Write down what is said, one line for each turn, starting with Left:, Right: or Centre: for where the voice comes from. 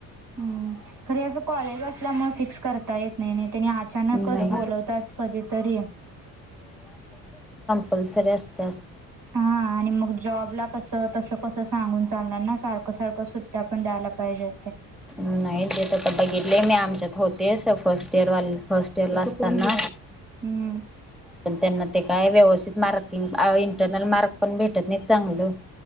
Right: हुं खर हे अस कॉलेज असल्यामुळं, फिक्स करता येत नाही ना. त्यांनी अचानकच
Centre: नाही
Right: बोलवतात कधीतरी?
Centre: कंपलपलसरी असत्यात
Right: हा. आणि मग जॉब ला कस तसं कसं सांगून चालणार ना, सारखं सारखं सुट्ट्या पण द्यायला पाहिजे.
Centre: नाही तेेच आता बघितलंय, मी आमच्यात होत. ते स फस्ट इयर वाले फस्ट इयरला असताना
Right: हुं
Centre: पण त्यांना ते काय व्यवस्थित मार्किंग इंटरनल मार्क पण भेटत नाहीत चांगल